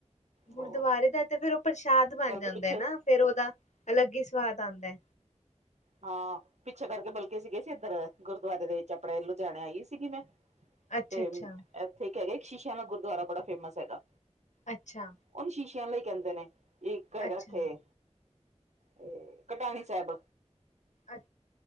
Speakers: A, on the left (about 85°); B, on the right (about 70°).
A: ਗੁਰਦੁਆਰੇ
B: ਬਹੁਤ
A: ਦਾ ਤੇ ਫਿਰ ਉਹ ਪ੍ਰਸ਼ਾਦ ਬਣ
B: ਬਲਕਿ
A: ਜਾਂਦਾ
B: ਪਿੱਛੇ
A: ਨਾ ਫੇਰ ਉਹਦਾ, ਅਲੱਗ ਹੀ ਸਵਾਦ ਆਉਂਦਾ
B: ਹਾਂ ਪਿੱਛੇ ਕਰਕੇ ਬਲਕੇ ਗਏ ਸੀ ਇੱਧਰ, ਗੁਰਦੁਆਰੇ ਦੇ ਵਿੱਚ ਆਪਣੇ ਲੁਧਿਆਣੇ ਆਈ ਸੀਗੀ ਮੈਂ
A: ਅੱਛਾ
B: ਤੇ
A: ਅੱਛਾ
B: ਇੱਥੇ ਕ ਹੈਗਾ ਸ਼ੀਸ਼ਿਆਂ ਵਾਲਾ ਗੁਰਦੁਆਰਾ ਬੜਾ ਫੇਮਸ ਹੈਗਾ
A: ਅੱਛਾ
B: ਉਹਨੂੰ ਸ਼ੀਸ਼ਿਆਂ ਵਾਲਾ ਹੀ ਕਹਿੰਦੇ ਨੇ, ਇੱਕ ਹੈ
A: ਅੱਛਾ
B: ਇੱਥੇ ਏ ਕਟਾਣੀ ਸਾਹਿਬ
A: ਅੱਛਾ